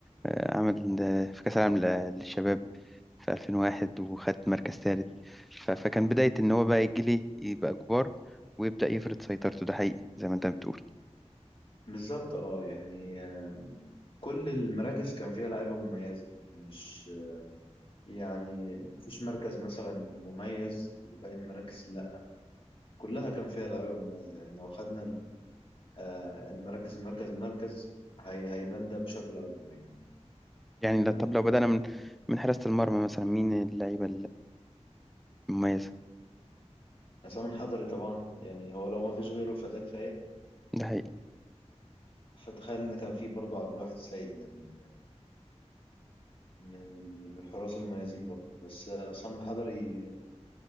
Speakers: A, in the centre; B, on the left.
A: آه عمل آه، في كأس العالم ل- للشباب في 2001 وخد مركز ثالث ف- فكان بداية ان هو بقى يجي ليه يبقى كبار ويبدأ يفرض سيطرته ده حقيقي زي ما انت بتقول
B: بالظبط اه يعني آم، كل المراكز كان فيها لعيبة مميزة مش يعني مفيش مركز مثلا مميز وباقي المراكز لا كلها كان فيها لعيبة مميزة يعني لو خدنا آه، المراكز مركز مركز هي- هيبان ده بشكل أكبر يعني
A: يعني
B: آه،
A: لا- طب لو بدأنا من من حراسة المرمى مثلا مين اللعيبة المميزة
B: عصام الحضري طبعا يعني هو لو ما فيش غيره فده كفايه
A: ده حقيقي
B: فتخيل ان كان في برضه عبد الواحد السيد يعني من من الحراس المميزين برضه بس آه، عصام الحضري